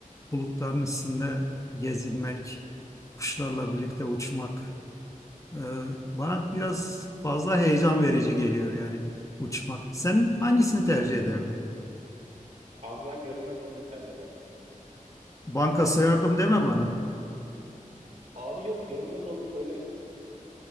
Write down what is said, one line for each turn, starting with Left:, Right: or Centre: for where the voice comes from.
Left: bulutların üstünde gezinmek, kuşlarla birlikte uçmak e, bana biraz fazla heyecan verici geliyor yani uçmak. Sen hangisini tercih ederdin?
Right: Abi ben görünmez olmayı tercih ederdim ya.
Left: Banka sığardım deme bana.
Right: Abi yok görünmez olup böyle e,